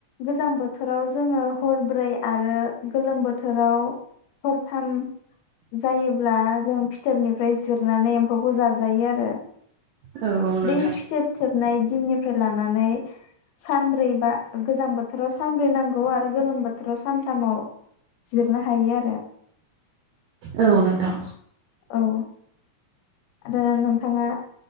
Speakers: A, on the left; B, on the right.
A: गोजां बोथोराव जोङो हरब्रै आरो गोलोम बोथोराव हरथाम जायोब्ला जों फि फिथोबनिफ्राय जिरनानै एम्फौखौ जाजायो आरो
B: औ औ नोंथां
A: बै फिथोब थोबनाय दिननिफ फ्राय लानानै सानब्रैबा गोजां बोथोराव सानब्रै नांगौ आरो गोलोम बोथोराव सानथामाव जिरनो हायो आरो
B: औ नोंथां
A: औ आरो नोंथाङा